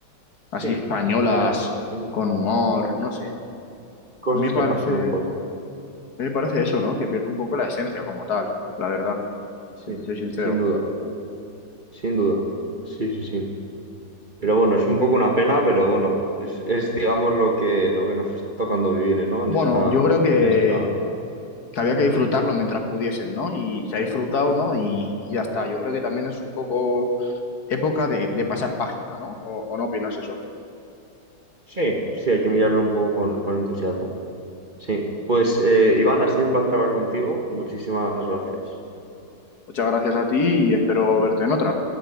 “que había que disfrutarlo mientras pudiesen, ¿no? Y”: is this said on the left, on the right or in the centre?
Left